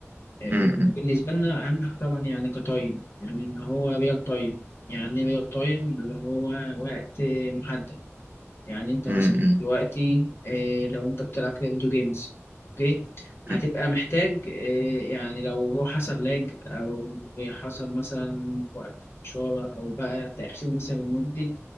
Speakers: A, on the left (about 55°); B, on the right (about 45°).
A: آه،
B: امم
A: وبالنسبة لنا أهم حاجة طبعا يعني كتايم يعني إن هو ريال تايم يعني ريال تايم اللي هو وقت محدد يعني انت مثلا
B: امم امم
A: دلوقتي إيه لو انت بتلعب كده فيديو جيمز اوكي هتبقى
B: أمم.
A: محتاج إيه يعني لو هو حصل لاج او حصل مثلا وقت شغل او بقى تأخير مثلا لمدة